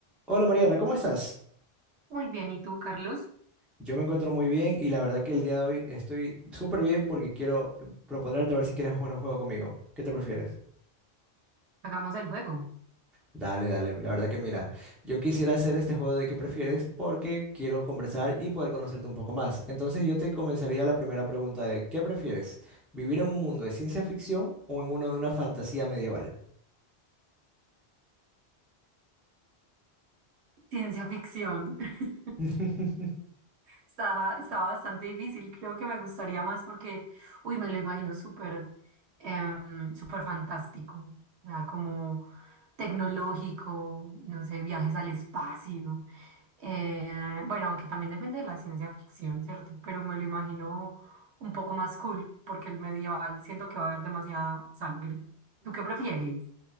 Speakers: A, in the centre; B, on the right.
A: Hola Mariana, ¿cómo estás?
B: Muy bien, ¿y tú, Carlos?
A: Yo me encuentro muy bien y la verdad que el día de hoy estoy súper bien porque quiero eh, proponerte a ver si quieres jugar un juego conmigo. ¿Qué te prefieres?
B: Hagamos el juego.
A: Dale, dale, la verdad que mira, yo quisiera hacer este juego de qué prefieres porque quiero conversar y poder conocerte un poco más. Entonces yo te comenzaría la primera pregunta de ¿qué prefieres? ¿Vivir en un mundo de ciencia ficción o en uno de una fantasía medieval?
B: Ciencia ficción. <laughs>
A: <laughs>
B: Estaba, estaba bastante difícil. Creo que me gustaría más porque, uy, me lo imagino súper, em, súper fantástico. O sea, como tecnológico, no sé, viajes al espacio. Eh, bueno, aunque también depende de la ciencia ficción, ¿cierto? Pero me lo imagino un poco más cool porque el medieval siento que va a haber demasiada sangre. ¿Tú qué prefieres?